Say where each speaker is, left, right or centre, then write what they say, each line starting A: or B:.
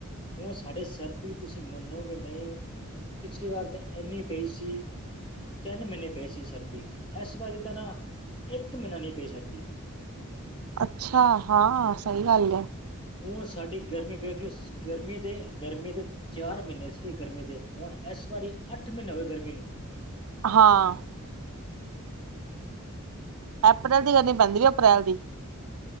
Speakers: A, on the left (about 25°); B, on the right (about 85°).
A: ਹੁਣ ਸਾਡੇ ਸਰਦੀ ਤੁਸੀਂ ਮੰਨੋਗੇ ਨਹੀਂ ਪਿਛਲੀ ਵਾਰ ਤਾਂ ਇੰਨੀ ਪਈ ਸੀ, ਤਿੰਨ ਮਹੀਨੇ ਪਏ ਸੀ ਸਰ ਦੀ ਇਸ ਵਾਰੀ ਤਾਂ ਨਾ ਇੱਕ ਮਹੀਨਾ ਨੀ ਪਈ ਸਰਦੀ।
B: ਅੱਛਾ ਹਾਂ ਸਹੀ ਗੱਲ ਏ।
A: ਉਹ ਸਾਡੀ ਗਰਮੀ ਵੇਖ ਕੇ ਗਰਮੀ ਦੇ ਗਰਮੀ ਦੇ ਚਾਰ ਮਹੀਨੇ ਸੀਗੇ ਗਰਮੀ ਦੇ। ਹੁਣ ਇਸ ਵਾਰੀ ਅੱਠ ਮਹੀਨੇ ਹੋਏ ਗਰਮੀ ਨੂੰ।
B: ਹਾਂ। ਅਪ੍ਰੈਲ ਦੀ ਗਰਮੀ ਪੈਂਦੀ ਆ ਅਪ੍ਰੈਲ ਦੀ।